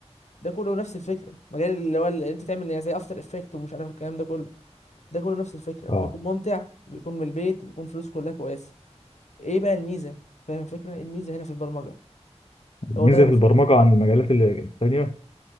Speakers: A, on the left; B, on the left.
A: ده كله نفس الفكره مجال اللي هو اللي انت تعمل يعني زي افتر افكت ومش عارف الكلام ده كله ده كله نفس الفكره
B: اه
A: بيكون ممتع بيكون من البيت بيكون فلوسه كلها كويسه ايه بقى الميزه فاهم الفكره إيه الميزه هنا في البرمجه
B: ميزة
A: هو ده انا بسألك
B: في البرمجة
A: فيه
B: عن المجالات ال- التانية